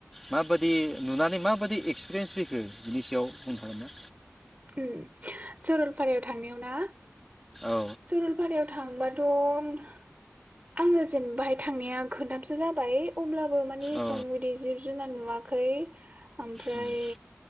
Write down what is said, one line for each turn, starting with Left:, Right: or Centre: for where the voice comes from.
Centre: माबाइदि नुनानै माबाइदि एक्सपिरियेन्स फैखो बिनि सायाव बुंनो हागोन ना?
Right: उम सरलपारायाव थांनायाव ना
Centre: औ
Right: सरलपारायाव थांबा थ' आङो जेनेबाहाय थांनाया खोनथामसो जाबाय अब्ला बो माने इसेबां
Centre: औ
Right: बिदि जिब जुनार नुवा खै ओमफ्राय
Centre: उम